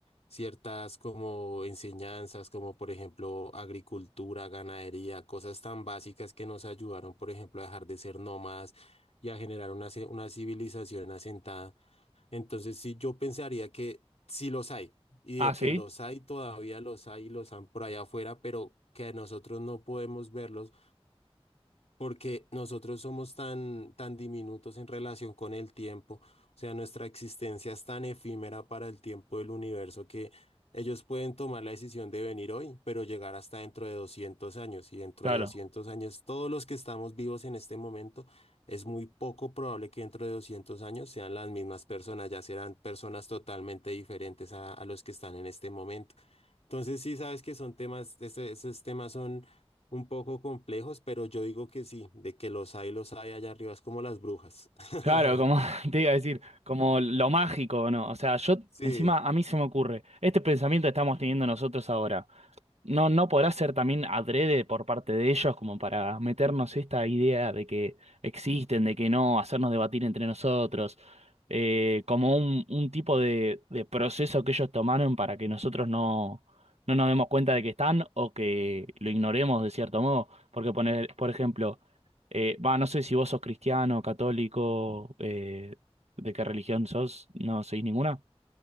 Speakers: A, on the left (about 75°); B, on the right (about 85°).
A: ciertas como enseñanzas, como por ejemplo agricultura, ganadería, cosas tan básicas que nos ayudaron, por ejemplo, a dejar de ser nómadas y a generar una, ci- una civilización asentada. Entonces, sí, yo pensaría que sí los hay y
B: Ah,
A: de
B: sí.
A: que los hay, todavía los hay y los han por allá afuera, pero que nosotros no podemos verlos porque nosotros somos tan, tan diminutos en relación con el tiempo, o sea, nuestra existencia es tan efímera para el tiempo del universo que ellos pueden tomar la decisión de venir hoy, pero llegar hasta dentro de 200 años, y dentro
B: Claro,
A: de 200 años, todos los que estamos vivos en este momento, es muy poco probable que dentro de 200 años sean las mismas personas, ya serán personas totalmente diferentes a, a los que están en este momento. Entonces sí sabes que son temas, ese- esos temas son un poco complejos, pero yo digo que sí, de que los hay, los hay allá arriba, es como las brujas. <laughs>
B: claro, como <laughs> te iba a decir, como lo mágico, ¿no? O sea, yo
A: Sí,
B: encima a mí se me ocurre, este pensamiento que estamos teniendo nosotros ahora. No, no podrá ser también adrede por parte de ellos como para meternos esta idea de que existen, de que no, hacernos debatir entre nosotros, eh, como un, un tipo de, de proceso que ellos tomaron para que nosotros no, no nos demos cuenta de que están o que lo ignoremos de cierto modo. Porque poner, por ejemplo, eh, va, no sé si vos sos cristiano, católico, eh, de qué religión sos, no sois ninguna.